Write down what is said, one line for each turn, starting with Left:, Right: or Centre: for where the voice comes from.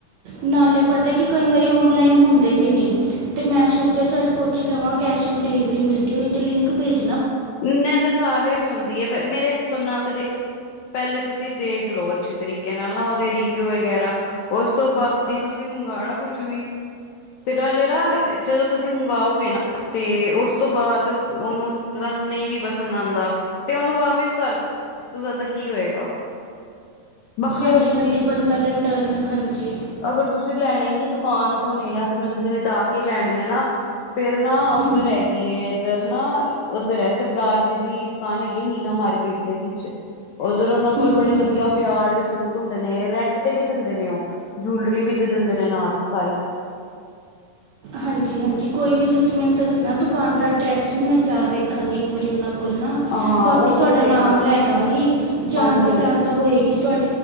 Right: ਨਾਲੇ ਪਤਾ ਕੀ ਕਈ ਵਾਰੀ ਓਨਲਾਈਨ ਹੁੰਦੇ ਵੀ ਨੀ ਤੇ, ਮੈਂ ਸੋਚਿਆ ਚੱਲ ਪੁੱਛ ਲਵਾਂ ਕੈਸ਼ ਡਿਲੀਵਰੀ ਮਿਲਦੀ ਹੋਈ ਤੇ ਲਿੰਕ ਭੇਜ
Left: ਮ ਤਾਂ ਸਾਰੇ ਮਿਲਦੀ ਹੈ ਮੇਰੇ <unintelligible> ਪਹਿਲੇ ਤੁਸੀਂ ਦੇਖਲੋ ਅੱਛੀ ਤਰੀਕੇ ਨਾਲ ਨਾ ਓਦੇ ਰਿਵਿਊ ਵਗੈਰਾ, ਉਸ ਤੋਂ ਬਾਅਦ ਵੀ ਤੁਸੀਂ ਮੰਗਾਣਾ ਕੁਛ ਵੀ ਤੇ ਨਾਲ਼ੇ ਨਾ, ਜਦੋਂ ਤੁਸੀਂ ਮੰਗਾਓਗੇ ਨਾ ਤੇ ਉਸ ਤੋਂ ਬਾਅਦ ਓਨੂੰ ਤੁਹਾਨੂੰ ਨਹੀਂ ਵੀ ਪਸੰਦ ਆਉਂਦਾ ਤੇ, ਉਹਨੂੰ ਵਾਪਿਸ ਕਰ ਇਸ ਤੋ, ਜ਼ਿਆਦਾ ਕੀ ਹੋਏਗਾ। ਬਾਕੀ
Right: ਹਾਂਜੀ।
Left: ਅਗਰ ਤੁਸੀਂ
Right: ਹਾਂਜੀ। ਬੰਦਾ ਰਿਟਰਨ, ਹਾਂਜੀ।
Left: ਅਗਰ ਤੁਸੀਂ ਲੈਣੇ ਦੁਕਾਨ ਤੋਂ ਨੇ ਜਾਂ ਫਿਰ ਮਤਲਬ ਜਿਵੇਂ ਜਾ ਕੇ ਲੈਣੇ ਨੇ, ਨਾ ਫੇਰ ਨਾ ਉੱਧਰ
Right: ਹੂੰ
Left: ਹੈਗੀ ਏ ਇੱਧਰ ਨਾ ਉੱਧਰ ਹੈ, ਸਰਦਾਰ ਜੀ ਦੀ ਦੁਕਾਨ ਹੈਗੀ ਮੀਨਾ ਮਾਰਕੀਟ ਦੇ ਵਿੱਚ। ਉਧਰ ਉਹਨਾਂ ਕੋਲ
Right: ਹੂੰ
Left: ਬੜੇ
Right: ਹੂੰ
Left: ਵਧੀਆ ਵਿਆਹ ਆਲੇ ਸੂਟ ਹੁੰਦੇ ਨੇ ਰੈਂਟ ਤੇ ਵੀ ਦਿੰਦੇ ਨੇ ਉਹ, ਜੂਲਰੀ ਵੀ ਦੇ ਦਿੰਦੇ ਨੇ ਨਾਲ ਸਾਰੀ।
Right: ਹਾਂਜੀ-ਹਾਂਜੀ। ਕੋਈ ਨਹੀਂ ਤੁਸੀਂ ਮੈਨੂੰ ਦੱਸਣਾ ਦੁਕਾਨ ਦਾ ਐਡਰੈਸ ਵੀ, ਮੈਂ ਜਾ ਵੇਖਾਂਗੀ ਇੱਕ ਵਾਰੀ ਉਹਨਾਂ ਕੋਲ ਨਾ
Left: ਹਾਂ
Right: ਬਾਕੀ
Left: ਉੱਧਰ
Right: ਤੁਹਾਡਾ ਨਾਮ
Left: ਦੇਖ ਆਣਾ
Right: ਲੈ ਦਾਂਗੀ ਜਾਣ-
Left: ਹਾਂਜੀ
Right: ਪਹਿਚਾਣ
Left: ਹਾਂਜੀ
Right: ਤਾਂ ਹੋਏਗੀ ਤੁਹਾਡੀ।